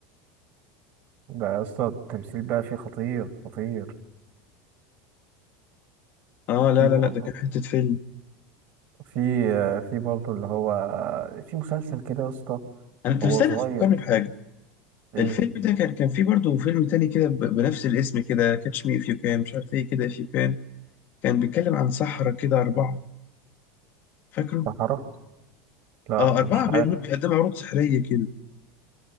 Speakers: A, on the right; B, on the left.
A: ده يا اسطى التمثيل بقى فيه خطير خطير
B: اه لا
A: في
B: لا
A: برضه
B: لا ده كان حتة فيلم
A: في في برضه اللي هو في مسلسل كده يا اسطى
B: انا انت
A: هو
B: مستني
A: صغير
B: تفكرني بحاجة
A: ايه
B: الفيلم ده كان كان فيه برضه فيلم تاني كده ب- بنفس الاسم كده كاتش مي اف يو كان مش عارف ايه كده اف يو كان كان بيتكلم عن سحرة كده أربعة فاكره؟
A: صحراء لا
B: اه أربعة
A: مش عارف
B: بيعملوا بيقدموا عروض سحرية كده